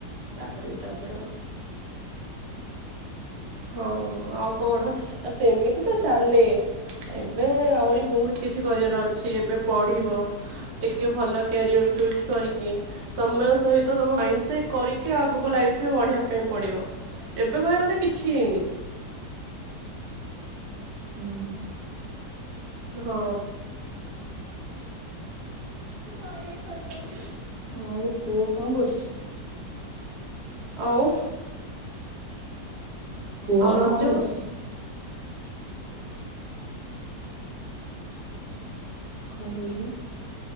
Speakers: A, on the right; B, on the right.
A: ତାପରକୁ ତାପର
B: ହଁ ଆଉ କଣ ଆ ସେମିତି ତ ଚାଲେ। ଏବେ ଆହୁରି ବହୁତ କିଛି କରିଆର ଅଛି। ଏବେ ପଢିବ ଟିକେ ଭଲ କ୍ୟାରିଅର୍ ଚୁଜ୍ କରିକି ସମୟ ସହିତ ତମ ମାଇଣ୍ଡ ସେଟ କରିକି ଆଗକୁ ଲାଇଫ୍ ରେ ବଢିବା ପାଇଁ ପଡିବ। ଏବେ କହିବାକୁ ଗଲେ କିଛି ହେଇନି।
A: ହୁଁ।
B: ହଁ। କଳଜ ବ
A: ଆଉ ପୁଅ କଣ କରୁଚି?
B: ଆଉ
A: ପୁଅ
B: ଆଉ ରଜ
A: କଣ କରୁଚି? କଣ କହିଲୁ?